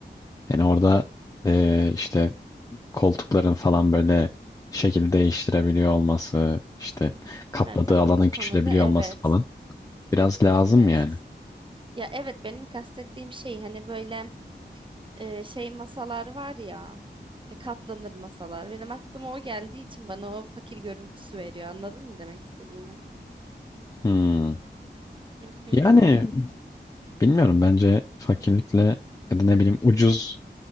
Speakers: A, on the left; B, on the right.
A: Yani orada eee, işte koltukların falan böyle şekil değiştirebiliyor olması, işte kapladığı
B: Ha, tamam
A: alanın
B: o
A: küçülebiliyor
B: konuda evet.
A: olması falan biraz lazım
B: Evet.
A: yani.
B: Ya evet benim kastettiğim şey hani böyle e, şey masalar var ya. Böyle katlanır masalar. Benim aklıma o geldiği için bana o fakir görüntüsü veriyor. Anladın mı demek istediğimi?
A: Hmm.
B: Hı hı.
A: Yani bilmiyorum bence fakirlikle ya da ne bileyim ucuz